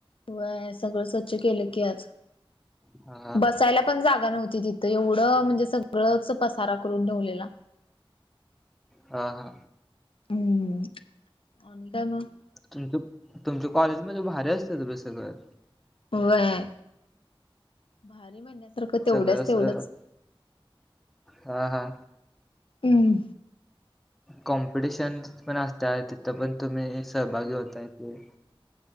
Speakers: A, on the left (about 70°); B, in the centre.
A: वय सगळं स्वच्छ केलं की आज
B: हा हा
A: बसायला. पण जागा नव्हती तिथं एवढं म्हणजे सगळंच पसारा करून ठेवलेला.
B: हा हा.
A: हम्म आणि काय मग?
B: तुमच तुमच्या कॉलेज भारी असत सगळं.
A: होय. भारी म्हणण्यासारखं तेवढ्याच
B: सगळं असं
A: तेवढच.
B: हा हा
A: हम्म.
B: कॉम्पिटिशन पण असत तिथं पण तुम्ही सहभागी होताय ते.